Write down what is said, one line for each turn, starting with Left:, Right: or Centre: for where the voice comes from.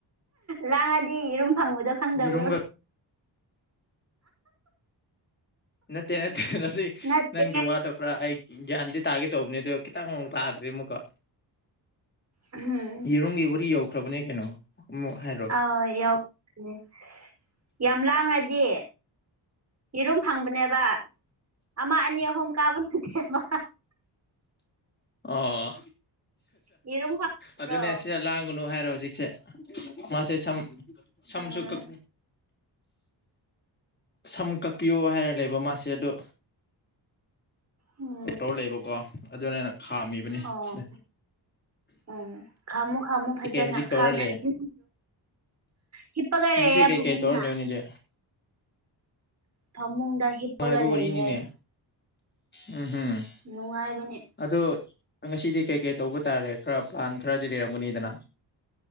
Right: ꯂꯥꯡꯉꯥꯗꯤ ꯌꯦꯔꯨꯝ ꯐꯪꯕꯗꯣ ꯈꯪꯗꯕ꯭ꯔꯣ
Left: ꯌꯦꯔꯨꯝꯒ ꯅꯠꯇꯦ ꯅꯠꯇꯦ ꯉꯁꯤ
Right: ꯅꯠꯇꯦ
Left: ꯅꯪꯒꯤ ꯋꯥꯗꯣ ꯄꯨꯔꯥ ꯑꯩ ꯒ꯭ꯌꯥꯟꯗꯤ ꯇꯥꯒꯦ ꯇꯧꯕꯅꯦ ꯑꯗꯨ ꯈꯤꯇꯪ ꯇꯥꯗ꯭ꯔꯤ ꯑꯃꯨꯛꯀ
Right: ꯎꯝꯍꯝ
Left: ꯌꯦꯔꯨꯝꯒꯤ ꯋꯥꯔꯤ ꯌꯧꯈ꯭ꯔꯕꯅꯦ ꯀꯩꯅꯣ ꯑꯂꯨꯛ ꯍꯥꯏꯔꯣ
Right: ꯑ ꯌꯧ ꯑꯝ ꯌꯥꯝ ꯂꯥꯡꯉꯗꯤ ꯌꯦꯔꯨꯝ ꯐꯪꯕꯅꯦꯕ ꯑꯥ ꯑꯅꯤ ꯑꯍꯨꯝ ꯀꯥꯕ ꯅꯠꯇꯦꯕ
Left: ꯑꯣ
Right: ꯌꯦꯔꯨꯝ ꯐꯪꯕ꯭ꯔꯣ
Left: ꯑꯗꯨꯅꯦ ꯁꯤꯗ ꯂꯥꯡꯒꯨꯅꯨ ꯍꯥꯏꯔꯦ ꯍꯧꯖꯤꯛꯁꯦ ꯃꯥꯁꯦ ꯁꯝ ꯁꯝꯁꯨ
Right: ꯎꯝ
Left: ꯀꯥꯛ ꯁꯝ ꯀꯛꯄꯤꯌꯣ ꯍꯥꯏꯔ ꯂꯩꯕ ꯃꯥꯁꯦ ꯑꯗꯣ
Right: ꯎꯝ
Left: ꯇꯧ ꯂꯩꯕꯀꯣ ꯑꯗꯨ ꯑꯩꯅ ꯈꯥꯝꯃꯤꯕꯅꯤ
Right: ꯑꯣ
Left: ꯁꯦ
Right: ꯎꯝ ꯈꯥꯝꯃꯨ ꯈꯥꯝꯃꯨ ꯐꯖꯅ
Left: ꯍꯧꯖꯤꯛ ꯇꯧꯔ
Right: ꯈꯥꯝꯗ꯭ꯔꯗꯤ
Left: ꯂꯩ
Right: ꯍꯤꯞꯄ ꯒꯥ
Left: ꯍꯧꯖꯤꯛꯁꯦ
Right: ꯂꯩꯌꯦ
Left: ꯀꯩꯀꯩ
Right: ꯐꯃꯨꯡꯗ
Left: ꯇꯧꯔ ꯂꯩꯕꯅꯤꯗꯤ
Right: ꯐꯃꯨꯡꯗ ꯍꯤꯞꯄꯒ
Left: ꯅꯨꯡꯉꯥꯏꯕ ꯋꯥꯔꯤꯅꯤꯅꯦ
Right: ꯂꯩꯌꯦ
Left: ꯎꯝ ꯍꯨꯝ
Right: ꯅꯨꯡꯉꯥꯏꯕꯅꯦ
Left: ꯑꯗꯣ ꯉꯁꯤꯗꯤ ꯀꯩ ꯀꯩ ꯇꯧꯕ ꯇꯥꯔꯦ ꯈꯔ ꯄ꯭ꯂꯥꯟ ꯈꯔꯗꯤ ꯂꯩꯔꯝꯒꯅꯤꯗꯅ